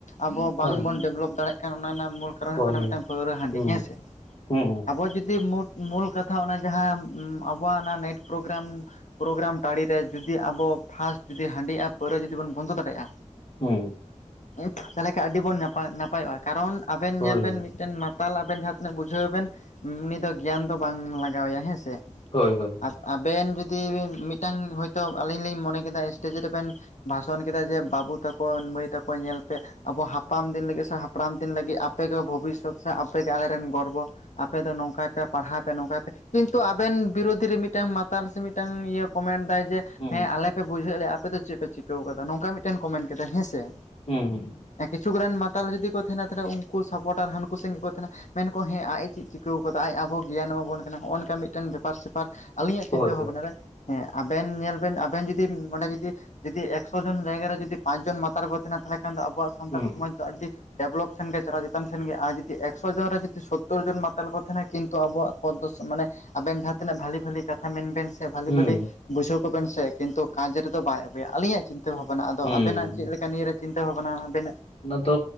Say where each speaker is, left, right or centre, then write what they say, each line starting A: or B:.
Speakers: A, on the left (about 80°); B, on the left (about 55°).
A: ᱟᱵᱚ ᱵᱟᱝᱵᱚᱱ
B: ᱦᱮᱸ
A: ᱰᱮᱵᱷᱞᱚᱯ ᱫᱟᱲᱮᱭᱟᱜ ᱠᱟᱱ, ᱚᱱᱟ ᱨᱮᱱᱟᱜ ᱢᱩᱞ ᱠᱟᱨᱚᱱ ᱦᱩᱭᱩᱜ
B: ᱦᱳᱭ
A: ᱠᱟᱱᱟ
B: ᱦᱳᱭ
A: ᱢᱤᱫᱴᱟᱝ ᱯᱟᱹᱣᱨᱟᱹ, ᱦᱟᱺᱰᱤ
B: ᱦᱩᱸ
A: ᱦᱮᱸ ᱥᱮ ᱾
B: ᱦᱩᱸ
A: ᱟᱵᱚ ᱡᱩᱫᱤ ᱢᱩᱴ ᱢᱩᱞ ᱠᱟᱛᱷᱟ ᱚᱱᱟ ᱡᱟᱦᱟᱸ ᱟᱵᱚᱣᱟᱜ ᱚᱱᱟ ᱱᱟᱭᱤᱴ ᱯᱨᱳᱜᱨᱟᱢᱼᱼ ᱯᱨᱳᱜᱨᱟᱢ ᱴᱟᱺᱰᱤ ᱨᱮ ᱡᱩᱫᱤ ᱟᱵᱚ ᱯᱷᱟᱥᱴ ᱡᱩᱫᱤ ᱦᱟᱺᱰᱤ ᱟᱨ ᱯᱟᱹᱣᱨᱟᱹ ᱡᱩᱫᱤ ᱵᱚᱱ ᱵᱚᱱᱫᱚ ᱫᱟᱲᱮᱭᱟᱜᱼᱟ
B: ᱦᱩᱸ ᱾
A: ᱧᱩᱛ ᱛᱟᱦᱚᱞᱮ ᱠᱷᱟᱱ ᱟᱹᱰᱤ ᱵᱚᱱ ᱱᱟᱯᱟᱭ ᱱᱟᱯᱟᱭᱚᱜᱼᱟ ᱠᱟᱨᱚᱱ ᱟᱵᱮᱱ
B: ᱦᱳᱭ
A: ᱧᱮᱞ ᱵᱮᱱ
B: ᱦᱳᱭ
A: ᱢᱤᱫᱴᱮᱱ ᱢᱟᱛᱼᱼ ᱢᱟᱛᱟᱞ ᱟᱵᱮᱱ ᱡᱟᱦᱟᱸ ᱛᱤᱱᱟᱹᱜ ᱵᱩᱡᱷᱟᱹᱣ ᱵᱮᱱ ᱩᱱᱤ ᱫᱚ ᱜᱮᱭᱟᱱ ᱫᱚ ᱵᱟᱝ ᱞᱟᱜᱟᱣ ᱟᱭᱟ ᱦᱮᱸ ᱥᱮ
B: ᱦᱳᱭ
A: ᱾
B: ᱦᱳᱭ
A: ᱟᱨ ᱟᱵᱮᱱ ᱡᱩᱫᱤ ᱢᱤᱫᱴᱟᱝ ᱦᱚᱭ ᱛᱚ ᱟᱹᱞᱤᱧ ᱞᱤᱧ ᱢᱚᱱᱮ ᱠᱮᱫᱟ ᱥᱴᱮᱡ ᱨᱮᱵᱮᱱ ᱵᱷᱟᱥᱚᱱ ᱠᱮᱫᱟ ᱡᱮ ᱵᱟᱹᱵᱩ ᱛᱟᱠᱚ, ᱢᱟᱹᱭ ᱛᱟᱠᱚ ᱧᱮᱞ ᱯᱮ ᱟᱵᱚ ᱦᱟᱯᱟᱢ ᱫᱤᱱ ᱞᱟᱹᱜᱤᱫ ᱥᱮ ᱦᱟᱯᱲᱟᱢ ᱫᱤᱱ ᱞᱟᱜᱤᱫ ᱟᱯᱮ ᱜᱮ ᱵᱷᱚᱵᱤᱥᱥᱚᱛ ᱥᱮ ᱟᱯᱮᱜᱮ ᱟᱞᱮᱨᱮᱱ ᱜᱚᱨᱵᱚ ᱟᱯᱮ ᱫᱚ ᱱᱚᱝᱠᱟᱭ ᱯᱮ ᱯᱟᱲᱦᱟᱣ ᱯᱮ ᱱᱚᱝᱠᱟᱭ ᱯᱮ, ᱠᱤᱱᱛᱩ ᱟᱵᱮᱱ ᱵᱤᱨᱳᱫᱷᱤ ᱨᱮ ᱢᱤᱫᱴᱟᱝ ᱢᱟᱛᱟᱞ ᱥᱮ ᱢᱤᱫᱴᱟᱝ ᱤᱭᱟᱹ ᱠᱚᱢᱮᱱᱴ ᱫᱟᱭ ᱡᱮ
B: ᱦᱩᱸ
A: ᱦᱮᱸ ᱟᱞᱮ ᱯᱮ ᱵᱩᱡᱷᱟᱹᱣ ᱞᱮᱭᱟ ᱟᱯᱮ ᱫᱚ ᱪᱮᱫ ᱯᱮ ᱪᱤᱠᱟᱹ ᱠᱟᱫᱟ, ᱱᱚᱝᱠᱟ ᱢᱤᱫᱴᱮᱱ ᱠᱚᱢᱮᱱᱴ ᱠᱮᱫᱟ ᱦᱮᱸᱥᱮ ᱾
B: ᱦᱩᱸ ᱦᱩᱸ ᱾
A: ᱠᱤᱪᱷᱩ ᱜᱟᱱ ᱢᱟᱛᱟᱞ ᱡᱩᱫᱤ ᱠᱚ ᱛᱟᱦᱮᱱᱟ ᱛᱟᱦᱚᱞᱮ ᱩᱱᱠᱩ ᱥᱟᱯᱚᱴᱟᱨ ᱦᱟᱹᱱᱠᱩ ᱥᱮᱫ ᱜᱮ ᱠᱚ ᱛᱟᱦᱮᱱᱟ ᱾ ᱢᱮᱱᱠᱚ ᱦᱮᱸ ᱟᱡ ᱪᱮᱫ ᱮ ᱪᱤᱠᱟᱹᱣ ᱠᱟᱫᱟ ᱟᱡ ᱟᱵᱚ ᱜᱮᱭᱟᱱ ᱮᱢᱟᱵᱚᱱ ᱠᱟᱱᱟ ᱱᱚᱜᱼᱚ ᱱᱚᱝᱠᱟ ᱢᱤᱫ ᱢᱤᱫᱴᱮᱱ ᱵᱮᱯᱟᱨ ᱥᱮᱯᱟᱨ ᱟᱞᱤᱧᱟᱜ
B: ᱦᱳᱭ
A: ᱪᱤᱱᱛᱟᱹ ᱵᱷᱟᱵᱱᱟ
B: ᱦᱳᱭ
A: ᱨᱮ, ᱦᱮᱸ ᱟᱵᱮᱱ ᱧᱮᱞ ᱵᱮᱱ ᱟᱵᱮᱱ ᱡᱩᱫᱤ ᱚᱸᱰᱮ ᱡᱩᱫᱤ ᱡᱩᱫᱤ ᱮᱠᱥᱚ ᱡᱚᱱ ᱡᱟᱭᱜᱟ ᱨᱮ ᱡᱩᱫᱤ ᱯᱟᱸᱪ ᱡᱚᱱ ᱢᱟᱛᱟᱨ ᱠᱚ ᱛᱟᱦᱮᱱᱟ ᱛᱟᱦᱚᱞᱮ ᱠᱷᱟᱱ ᱫᱚ ᱟᱵᱚᱣᱟᱜ ᱥᱟᱱᱛᱟᱲ
B: ᱦᱩᱸ
A: ᱥᱚᱢᱟᱡᱽ ᱫᱚ ᱟᱹᱰᱤ ᱰᱮᱵᱷᱞᱚᱯ ᱥᱮᱱ ᱜᱮ ᱪᱟᱞᱟᱣ ᱪᱮᱛᱟᱱ ᱥᱮᱱ ᱜᱮ, ᱟᱨ ᱡᱩᱫᱤ ᱮᱠᱥᱚ ᱡᱚᱱ ᱨᱮ ᱡᱩᱫᱤ ᱥᱳᱛᱛᱳᱨ ᱡᱚᱱ ᱢᱟᱛᱟᱞ ᱠᱚ ᱛᱟᱦᱮᱱᱟ ᱠᱤᱱᱛᱩ ᱟᱵᱚᱣᱟᱜ ᱯᱚᱫ ᱫᱚ ᱢᱟᱱᱮ ᱟᱵᱮᱱ ᱡᱟᱦᱟᱸ ᱛᱤᱱᱟᱹᱜ ᱵᱷᱟᱞᱤ ᱵᱷᱟᱞᱤ ᱠᱟᱛᱷᱟ ᱢᱮᱱ ᱵᱮᱱᱼᱼ ᱥᱮ ᱵᱷᱟᱞᱤ
B: ᱦᱩᱸ
A: ᱵᱷᱟᱞᱤ ᱵᱩᱡᱷᱟᱹᱣ ᱠᱚᱵᱮᱱ ᱥᱮ ᱠᱤᱱᱛᱩ ᱠᱟᱡᱽ ᱨᱮᱫᱚ ᱵᱟᱭ ᱟᱹᱜᱩᱭᱟ, ᱟᱞᱤᱧᱟᱜ ᱪᱤᱱᱛᱟᱹ ᱵᱷᱟᱵᱱᱟ ᱟᱫᱚ
B: ᱦᱩᱸ
A: ᱟᱵᱮᱱᱟᱜ ᱪᱮᱫ ᱞᱮᱠᱟ ᱱᱤᱭᱟᱹᱨᱮ ᱪᱤᱱᱛᱟᱹ ᱵᱷᱟᱵᱱᱟ ᱟᱵᱱᱟᱜ?
B: ᱛᱚ